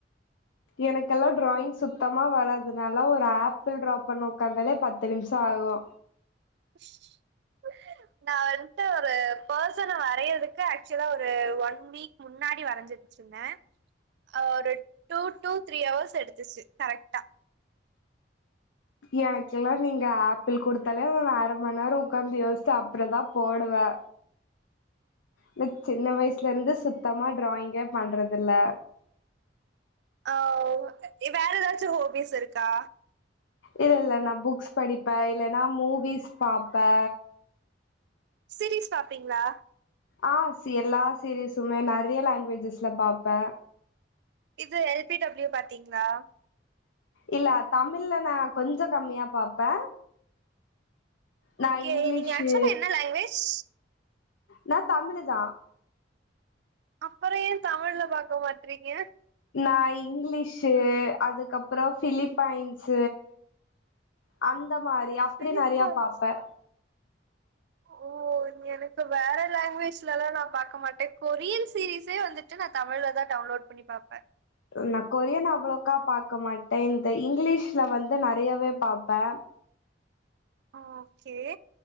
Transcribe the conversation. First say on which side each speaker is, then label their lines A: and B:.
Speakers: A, on the left; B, on the right.
A: எனக்கெல்லா ட்ராயிங் சுத்தமா வராது நாலா ஒரு ஆப்பிள் ட்ரா பண்ண உக்காந்தலே பத்து நிமிஷ ஆகு
B: <unintelligible> நா வன்ட்டு ஒரு பர்சன வரையறதுக்கு ஆக்சுவலா ஒரு ஒன் வீக் முன்னாடி வரைஞ்சிருச்சிருந்தே ஒரு டூ டூ த்ரீ ஹவர்ஸ் எடுத்துச்சு கரெக்டா
A: எனக்கெல்லா நீங்க ஆப்பிள் குடுத்தாலே அக நா அரை மண்நேர உட்காந்து யோசிட்டு அப்றதா போடுவே இந்த சின்ன வயசுல இருந்து சுத்தமா ட்ராயிங்கே பண்றதுல்ல
B: ஆ வேற ஏதாச்சு ஹோபிஸ் இருக்கா
A: இல்ல இல்ல நா புக்ஸ் படிப்பே இல்லைன்னா மூவிஸ் பாப்பே
B: சிரிஸ் பாப்பிங்ளா
A: ஆ எல்லா சீரீஸுமே நெறைய லாங்குவேஜஸ்ல பாப்பே
B: இது எல் பி டபள்யூ பாத்தீங்ளா
A: இல்ல தமிழ்ல நா கொஞ்ச கம்மியா பாப்பே நா
B: ஓகே
A: இங்கிலீஷு
B: நீங்க ஆக்சுவலா என்ன லாங்குவேஜ்
A: நா தமிழுதா
B: அப்புற ஏ தமிழ்ல பாக்க மாட்டறீங்க
A: நா இங்கிலீஷ் அதுக்கப்புற பிலிப்பைன்ஸ் அந்த மாரி அப்படி
B: பிலிப்பைன்ஸ்
A: நெறைய பாப்பே
B: ஓ எனக்கு வேற லாங்குவேஜ்லல்லா நா பாக்க மாட்டே கொரியன் சீரீஸே வந்து ச்சு நா தமிழ்லதா டவுன்லோட் பண்ணி பாப்பே
A: நா கொரியன் அவ்வளவுக்கா பாக்க மாட்டே இந்த இங்கிலீஷ்ல வந்து நெறையவே பாப்பே
B: ஓகே